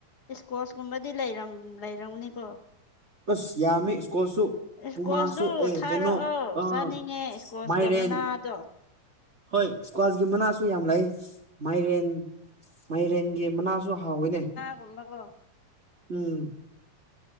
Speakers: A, on the left; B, on the right.
A: ꯏꯁꯀꯣꯁ ꯀꯨꯝꯕꯗꯤ ꯂꯩꯔꯝ ꯂꯩꯔꯝꯒꯅꯤꯀꯣ
B: ꯑꯁ ꯌꯥꯝꯃꯤ ꯁ꯭ꯀꯣꯜꯁꯨ
A: ꯏꯁꯀꯣꯁꯇꯨ
B: ꯄꯨꯃꯥꯁꯨ ꯑꯦ
A: ꯊꯥꯔꯛꯑꯣ
B: ꯀꯩꯅꯣ ꯑ
A: ꯆꯥꯅꯤꯡꯉꯦ ꯏꯁꯀꯣꯁꯀ
B: ꯃꯥꯏꯔꯦꯟ
A: ꯃꯅꯥꯗꯣ
B: ꯍꯣꯏ ꯏꯁꯀ꯭ꯋꯥꯁꯀꯤ ꯃꯅꯥꯁꯨ ꯌꯥꯝ ꯂꯩ ꯃꯥꯏꯔꯦꯟ ꯃꯥꯏꯔꯦꯟꯒꯤ ꯃꯅꯥꯁꯨ ꯍꯥꯎꯋꯤꯅꯦ
A: ꯐꯅꯀꯣ
B: ꯎꯝ